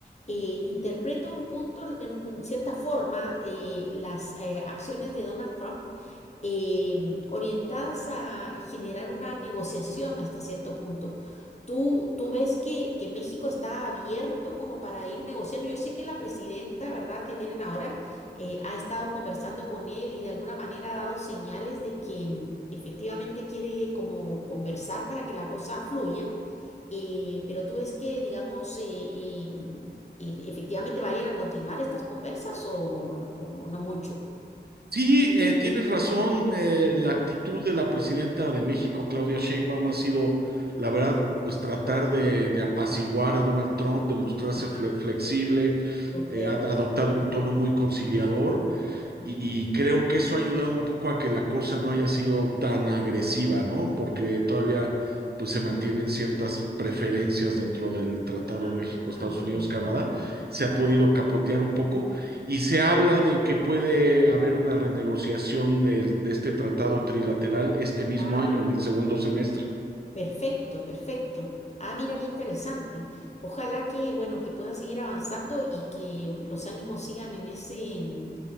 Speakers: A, on the left; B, on the right.
A: eh, interpreto un punto, en, en cierta forma, eh, las eh, acciones de Donald Trump em, orientadas a generar una negociación hasta cierto punto. ¿Tú, tú ves que, que México está abierto como para ir negociando? Yo sé que la presidenta, ¿verdad?, que tienen ahora, eh, ha estado conversando con él y de alguna manera ha dado señales de que mm, efectivamente quiere como conversar para que la cosa fluya, eh, pero tú ves que, digamos, eh, eh, mm, ef- efectivamente vayan a continuar estas conversas o, n- o no mucho.
B: Sí, eh, tienes razón. eh, la actitud de la presidenta de México, Claudia Sheinbaum, ha sido, la verdad, pues tratar de, de apaciguar a Donald Trump, de mostrarse
A: Ajá,
B: fle- flexible,
A: ok.
B: eh, ha adoptado un tono muy conciliador
A: Ujú.
B: Y creo que eso ha ayudado un poco a que la cosa no haya sido tan agresiva, ¿no? Porque todavía pues se mantienen ciertas preferencias dentro del Tratado
A: Ah,
B: México, Estados Unidos,
A: perfecto.
B: Canadá. Se ha podido capotear un poco y se habla de que puede haber una renegociación del- de, este tratado trilateral este mismo
A: Ah,
B: año, en el segundo semestre.
A: Perfecto, perfecto. Ah, mira qué interesante. Ojalá que, bueno, que puedan seguir avanzando y que los ánimos sigan en ese, mm,